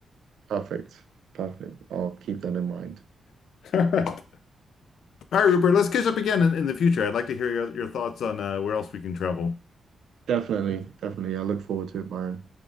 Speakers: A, on the right (about 80°); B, on the left (about 75°).
A: Perfect. Perfect. I'll keep that in mind.
B: <laughs> All right, Rupert, let's catch up again in, in the future. I'd like to hear your, your thoughts on uh, where else we can travel.
A: Definitely. Definitely. I look forward to it, Byron.